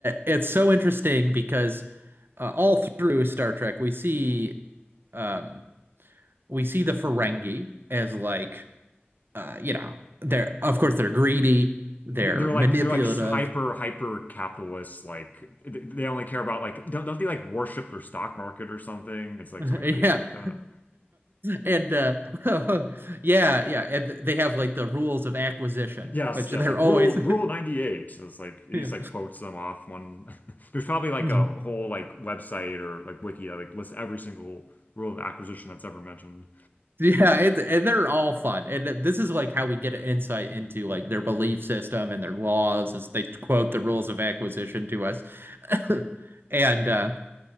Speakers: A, on the right; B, on the left.
A: it's so interesting because uh, all through Star Trek we see um we see the Ferengi as like uh you know, they're of course they're greedy, they're
B: they're like
A: manipulative.
B: they're like hyper hyper capitalists like th- they only care about like don't, don't they like worship their stock market or something
A: <laughs>
B: it's like something
A: Yeah.
B: crazy like
A: <laughs>
B: that
A: And uh <laughs> yeah, yeah, and they have like the rules of acquisition,
B: yes
A: which
B: yes
A: they're
B: like
A: always
B: rule rule 98
A: <laughs>
B: So it's like he
A: yeah.
B: just like quotes them off one <laughs> there's probably like
A: Mhm.
B: a whole like website or like wiki that like lists every single rule of acquisition that's ever mentioned
A: Yeah, it, and they're all fun. And th- this is like how we get an insight into like their belief system and their laws as they quote the rules of acquisition to us. <laughs> And uh